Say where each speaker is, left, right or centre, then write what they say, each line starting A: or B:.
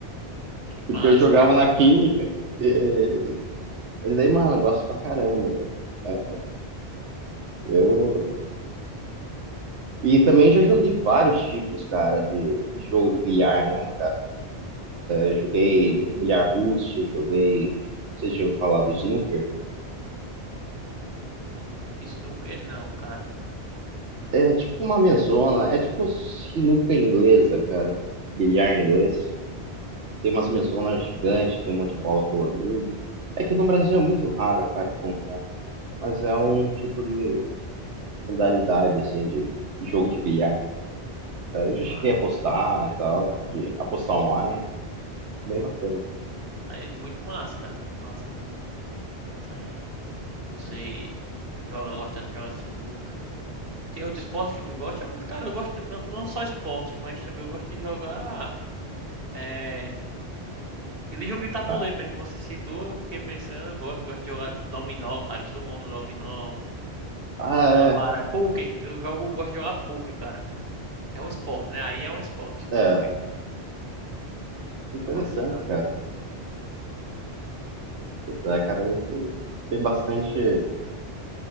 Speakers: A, on the right; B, on the right.
A: <laughs>
B: Que massa,
A: porque eu jogava
B: cara.
A: na clínica. E, e daí, mano, eu gosto pra caramba. É, eu, e também já joguei vários tipos, cara, de, de jogo de bilhar, né? Eu joguei bilhar russo, joguei. Vocês já ouviram falar do snooker?
B: Snooker não, cara.
A: É tipo uma mesona, é tipo sinuca inglesa, cara. Bilhar inglês. Tem umas mesonas gigantes, tem um monte de bola colorida. É que no Brasil é muito raro, cara, comprar. Mas é um tipo de modalidade, assim, de jogo de bilhar. Daí eu já
B: Mas,
A: cheguei a apostar e tal, de apostar online. Bem bacana.
B: mas muito massa, cara. Muito massa mesmo. É, você joga, gosta de jogar sinuca. Tem outro esporte que tu gosta? Eu, cara, eu gosto, não, não só esporte, mas também eu gosto de jogar. É, aquele jogo de tabuleiro
A: Ah,
B: mesmo que você citou, eu fiquei pensando, eu gosto, gosto de jogar tipo dominó, cara. Eu sou bom no dominó.
A: ah,
B: Gosto de jogar baralho. Poker, eu jogo, gosto de jogar poker, cara. É um esporte, né? Aí é um esporte,
A: é, é.
B: poker.
A: Interessante,
B: Eu gosto de jogar.
A: cara. É, cara, tem bastante